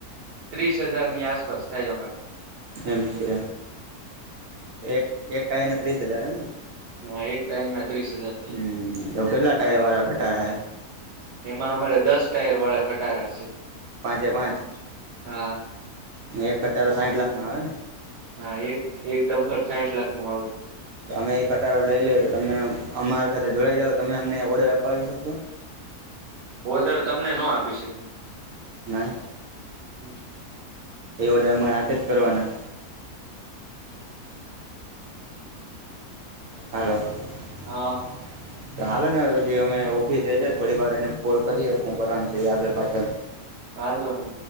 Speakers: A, on the right (about 80°); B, on the right (about 70°).
A: ત્રીસ હજારની આસપાસ થાય અમારે.
B: એમ છે, એક એક ટાયર ના ત્રીસ હજાર એમને.
A: હા એક ટાયર ના ત્રીસ હજાર. થાય
B: હમ તો કેટલા ટાયર વાળા ખટારા હે?
A: એમાં અમારે દસ ટાયર વાળા ખટારા હશે.
B: પાંચે પાંચ,
A: હા
B: એક ખટારો સાઠ લાખ નો આવે ને.
A: હા એક એક ડમ્પરર સાઠ લાખ નો આવે.
B: તો અમે એ કટડો લઈ લઈએ તો તમે અમારી સાથે જોડાઈ જાવ તમે અમને ઓર્ડર અપાવી શકશો?
A: ઓર્ડર તમને નો આપી શક્યું.
B: નહી
A: હમ.
B: તે બધા માં સાથે જ કરવાના. હલ્લો.
A: હા.
B: <inaudible> હાલો ને અવે પછી અમે ઓફિસે છે થોડીક વાર રહીને કોલ કરીએ હું કરવાની છે આગળ પાછળ.
A: વાંધો નઇ.